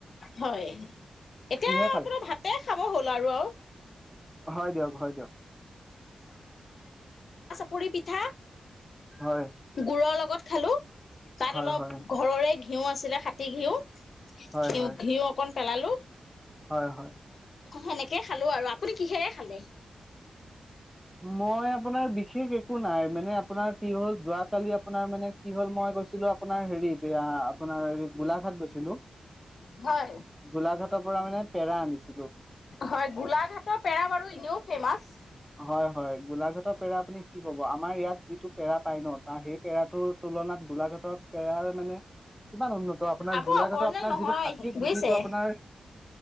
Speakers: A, on the left; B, in the centre.
A: হয়, এতিয়া
B: কিহে খালো
A: আপোনা ভাতে খাব হ'ল আৰু আও।
B: হয় দিয়ক, হয় দিয়ক।
A: পুৰি পিঠা,
B: হয়
A: গুৰ লগত হেল্ল' তাত
B: হয়
A: অলপ,
B: হয়
A: ঘৰৰে ঘিউ আছিলে, সাতী ঘিউ
B: হয়
A: সিও,
B: হয়
A: ঘিও অকণ পেলালোঁ।
B: হয় হয়।
A: সেনেকে খালো আৰু, আপুনি কিহেৰে খালে?
B: মই আপোনাৰ বিশেষ এক কো নাই, মানে আপোনাৰ কি হ'ল, যোৱাকালি আপোনাৰ মানে কি হ'ল, মই গৈছিলো আপোনাৰ হেৰি, এতিয়া আপোনাৰ গোলাঘাট গৈছিলো
A: হয়।
B: গোলাঘাটৰ পৰা মানে পেৰা আনিছে
A: হয়, গোলাঘাটৰ পেৰা বাৰু এনেও ফেমাচ।
B: হয় হয়, গোলাঘাটৰ পেৰা আপুনি কি ক'ব আমাৰ, ইয়াত যিটো পেৰা পায় ন, তাৰ সেই পেৰাটোৰ তুলনাত গোলাঘাটত পোৰ মানে, কিমান উন্নত, আপোনাৰ
A: আকৌ
B: গোলাঘাটৰ
A: অৰিজিনেল
B: আপোনাৰ
A: নহয়
B: যিটো হাতীক,
A: বুজিছে
B: যিটো আপোনাৰ,